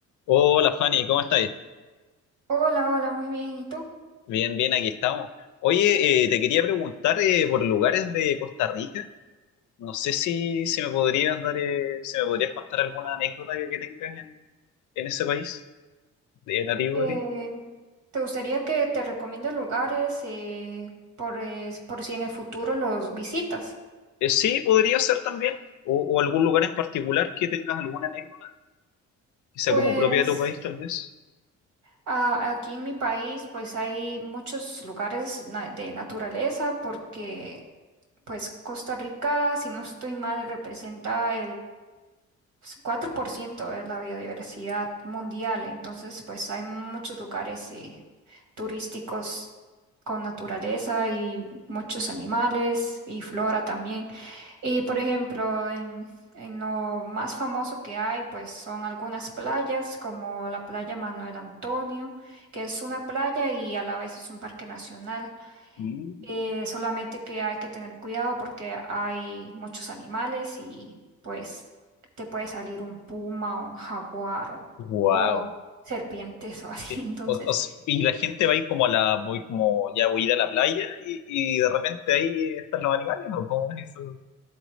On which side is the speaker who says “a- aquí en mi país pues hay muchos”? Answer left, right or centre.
Right